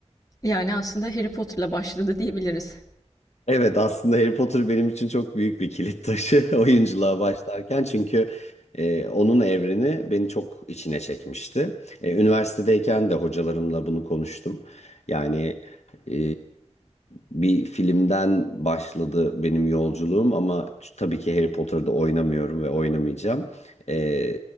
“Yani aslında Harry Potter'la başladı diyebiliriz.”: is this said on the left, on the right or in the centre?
Left